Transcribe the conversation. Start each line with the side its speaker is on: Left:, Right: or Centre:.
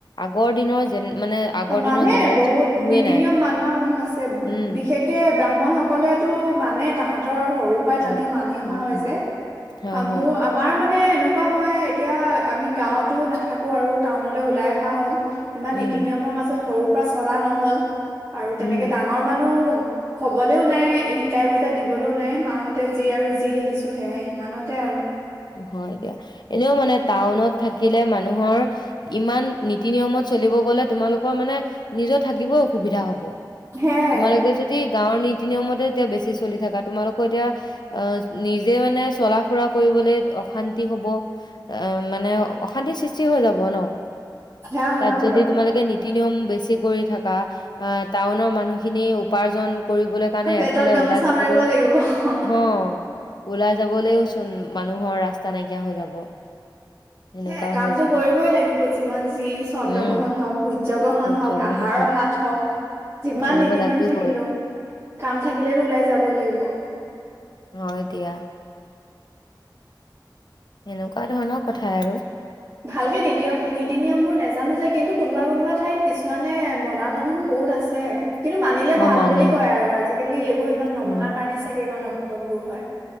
Left: আগৰ দিনৰ যেন মানে আগৰ
Right: অ মানে
Left: দিনৰ জেনেৰেশ্যন
Right: বহুত
Left: কোনোৱে
Right: নীতি
Left: নাই
Right: নিয়ম মানা মানুহ আছে
Left: উম
Right: বিশেষ তকে ব্ৰাহ্মণ সকলে তো মানে তাহাঁতৰ সৰু পাই তাহাতি
Left: অ
Right: মানি অহা
Left: উম
Right: হয় যে
Left: হয় হয়
Right: মোৰ আমাৰ মানে এনেকুৱা হয় এতিয়া আমি গাঁৱতো নাথাকো আৰু টাউনলৈ ওলাই অহা হ'ল ইমান নীতি
Left: উম
Right: নিয়মৰ মাজত সৰুৰ পৰা চলা নহ'ল আৰু তেনেকে
Left: উম
Right: ডাঙৰ মানুহ কবলৈও নাই শিকাই বুজাই দিবলৈও নাই মাহঁতে যি আৰু যি দেখিছোঁ সেয়াই সিমানতে আৰু
Left: হয় দিয়া এনেও মানে টাউনত থাকিলে মানুহৰ ইমান নীতি নিয়মত চলিব গলে তোমালোকৰ মানে নিজৰ থাকিবও অসুবিধা হ'ব।
Right: সেয়াই
Left: তোমালোকে যদি গাঁৱৰ নীতি নিয়মতে এতিয়া বেছি চলি থাকা তোমালোকৰ এতিয়া অ নিজে মানে চলা ফুৰা কৰিবলৈ অশান্তি হ'ব অ মানে অশান্তিৰ সৃষ্টি হৈ যাব ন।
Right: সেয়া হয়
Left: তাত যদি
Right: বাৰু
Left: তোমালোকে নি নীতি নিয়ম বেছি কৰি থকা টাউনৰ মানুহখিনি উপাৰ্জন কৰিবলে কাৰণে
Right: পেটত
Left: এফালে
Right: গামোচা
Left: ওলাই যাবলৈও
Right: মাৰিব লাগিব
Left: অ। ওলাই যাবলৈওচোন মানুহৰ ৰাস্তা নাইকিয়া হৈ যাব। সেনেকুৱা
Right: হে কামটো
Left: হৈ যায়
Right: কৰিবই লাগিব যিমান যি চন্দ্ৰ
Left: উম
Right: গ্ৰহণ হওঁক সূৰ্য গ্ৰহণ
Left: সূৰ্যগ্ৰহণত
Right: হওঁক আহাৰৰ হাত থক যিমান
Left: কৰিব
Right: নীতি
Left: লাগিবই
Right: নিয়ম থাকিলোঁ কাম থাকিলেতো ওলাই যাবই লাগিব।
Left: হয় দিয়া। সেনেকুৱা ধৰণৰ কথাই আৰু
Right: ভালকে নীতিয়ম নীতি নিয়ম বোৰ নোজানো যে কিন্তু কোনোবা কোনোবা ঠাইত কিছুমানে মনা মানুহো বহুত আছে। যে কিন্তু মানিলে
Left: অ
Right: ভাল
Left: মানে
Right: বুলি কয় আৰু আজিকালি এইবোৰ ইমান নমনাৰ
Left: উম
Right: কাৰণেই চাগে ইমান অঘটন বোৰ হয়।